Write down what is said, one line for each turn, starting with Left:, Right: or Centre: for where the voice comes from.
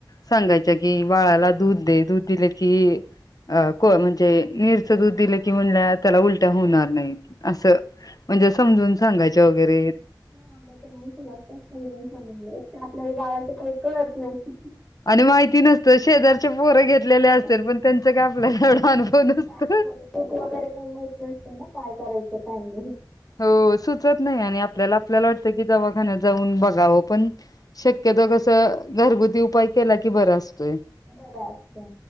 Left: सांगायच्या कि बाळाला दूध दे दूध दिले की अ को म्हणजे नीरचं दूध दिलं की म्हणल्या त्याला उलट्या होणार नाही असं म्हणजे समजून सांगायच्या वगैरे
Centre: ां मग ते माणसं मत समजून सांगले आपल्याला गावाचं काही कळत नाही
Left: आणि माहिती नसतं शेजार पोर
Centre: काहीच
Left: घेतलेले
Centre: नसतं.
Left: असतील पण त्यांच काय आपल्याला एवढा अनुभव
Centre: नाही
Left: नसत
Centre: असं म्हणजे दूध वगैरे काही माहित नसते ना काय करायचं काायमिंग.
Left: हो सुचत नाही आणि आपल्याला आपल्याला वाटतं की दवाखान्यात जाऊन बघावं पण. शक्यतो कस घरगुती उपाय केला की बरा असतोय.
Centre: बरं असते.